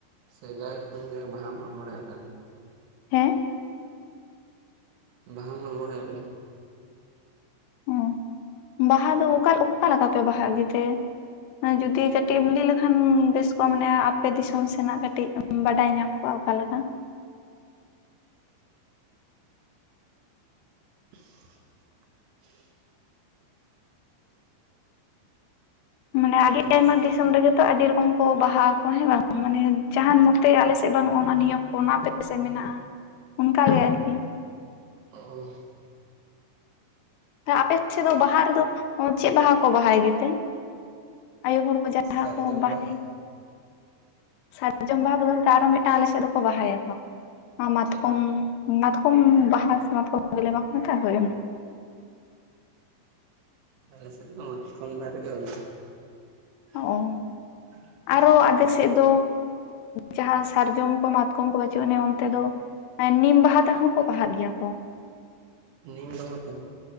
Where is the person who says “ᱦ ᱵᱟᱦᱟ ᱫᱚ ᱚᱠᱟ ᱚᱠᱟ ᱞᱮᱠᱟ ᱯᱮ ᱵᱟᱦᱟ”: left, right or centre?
Left